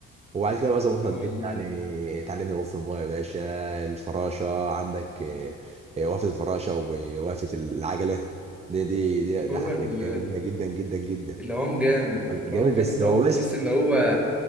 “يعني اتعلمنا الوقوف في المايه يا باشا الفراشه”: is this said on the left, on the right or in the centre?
Right